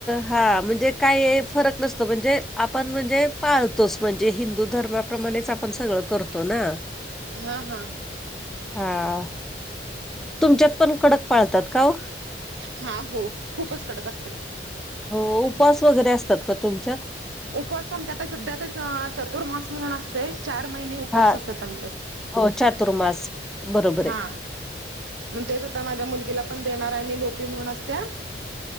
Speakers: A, in the centre; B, on the right (about 80°).
A: हा म्हणजे काय फरक नसत म्हणजे आपण म्हणजे पाळतोच म्हणजे हिंदू धर्माप्रमाणेच आपण सगळं करतो ना.
B: हा हा.
A: हा तुमच्यात पण कडक पाळतात का ओ?
B: हा हो खूपच कडक असते
A: हो उपवास वगैरे असतात का तुमच्यात?
B: उपवास आमच्या आता सध्यातच चतुर्मास म्हणून असते चार महिने उपवास
A: हा
B: असतात आमच्यात.
A: हो चातुर्मास. बरोबर आहे
B: हा मग तेच आता माझ्या मुलगीला पण देणार आहे मी पण लोपी म्हणून असत्या.